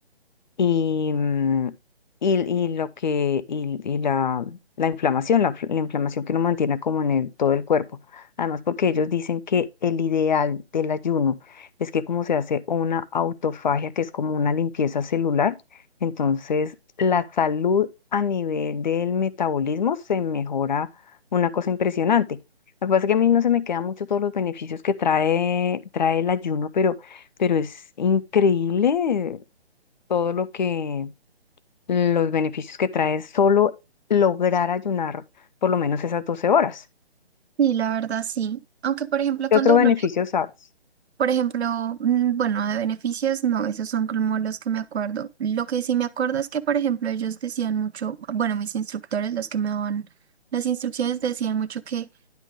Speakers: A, on the left; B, on the right.
A: y, mm, y, y lo que, y, y la, la inflamación, la, fl- la inflamación que uno mantiene como en el, todo el cuerpo. Además, porque ellos dicen que el ideal del ayuno es que como se hace una autofagia, que es como una limpieza celular, entonces la salud a nivel del metabolismo se mejora una cosa impresionante. Lo que pasa es que a mí no se me quedan mucho todos los beneficios que trae, trae el ayuno, pero pero es increíble todo lo que, los beneficios que trae solo lograr ayunar por lo menos esas 12 horas.
B: Sí, la verdad sí. Aunque, por ejemplo,
A: ¿Qué
B: cuando
A: otro beneficio
B: uno ya,
A: sabes?
B: por ejemplo, mm, bueno, de beneficios, no, esos son como los que me acuerdo. Lo que sí me acuerdo es que, por ejemplo, ellos decían mucho, bueno, mis instructores, los que me daban las instrucciones, decían mucho que,